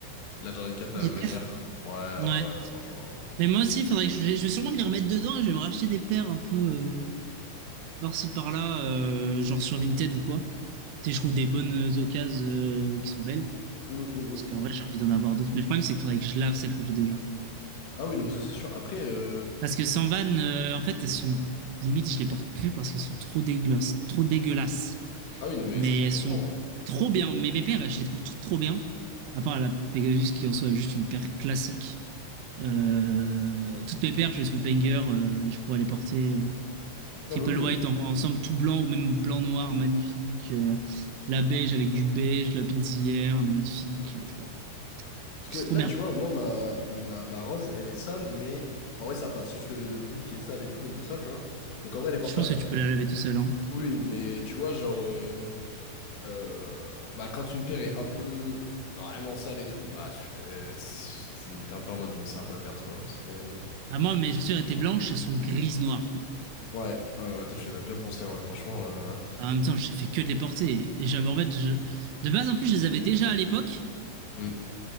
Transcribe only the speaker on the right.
Des
paires.
Ouais.
Mais moi aussi, faudrait que je, je vais sûrement m'y remettre dedans et je vais me racheter des paires un peu euh, par-ci par-là, euh, genre sur Vinted ou quoi. Si je trouve des bonnes euh, occasions euh, qui sont belles.
Parce qu'en vrai, j'ai envie d'en avoir d'autres. Mais le problème, c'est qu'il faudrait que je lave celles que j'ai déjà.
Parce que sans vanne, euh, en fait, elles sont limite, je les porte plus parce qu'elles sont trop dégueulasses, trop dégueulasses.
Mais
elles
sont
trop bien. Mais mes paires, je les trouve toutes trop bien. À part la Pegasus qui en soit est juste une paire classique. Euh, toutes mes paires, je les trouve banger. euh, je pourrais les porter. euh,
Triple
white en- ensemble tout blanc ou même blanc-noir, magnifique. Euh, la beige avec du beige, la pinzière, magnifique. Je vois.
C'est
trop bien.
Je pense que tu peux la laver tout seul, hein.
Ah, moi, mes chaussures étaient blanches, elles sont grises-noires, quoi.
En même temps, je fais que de les porter. Et j'avais, en fait, je... de base, en plus, je les avais déjà à l'époque.